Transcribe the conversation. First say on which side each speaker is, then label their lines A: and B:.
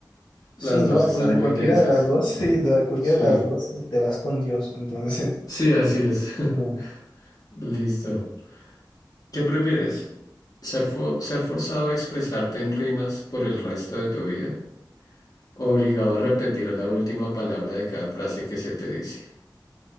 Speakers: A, on the left; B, on the left.
A: las
B: Sí, no,
A: dos están
B: pues de
A: muy
B: cualquiera
A: densas.
B: de las dos, <laughs> sí, de cualquiera
A: Sí,
B: de las dos eh, te vas con Dios, entonces,
A: sí, así es.
B: <laughs> no.
A: <laughs> Listo. ¿Qué prefieres? ¿Ser, fo- ser forzado a expresarte en rimas por el resto de tu vida? ¿O obligado a repetir la última palabra de cada frase que se te dice?